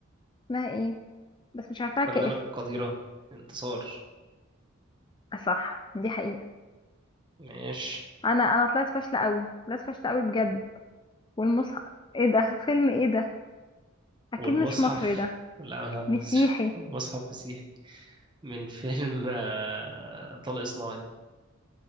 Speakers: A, on the left; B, on the right.
A: اسمها ايه بس مش عارفاها
B: فنانة
A: كاسم
B: قديرة انتصار
A: آه، صح دي حقيقة
B: ماشي
A: انا انا طلعت فاشلة قوي طلعت فاشلة قوي بجد والمصحف ايه ده فيلم ايه ده اكيد
B: والمصحف
A: مش مصري ده
B: ولا لا مصري
A: مسيحي
B: والمصحف مسيحي من فيلم آه، طلق صناعي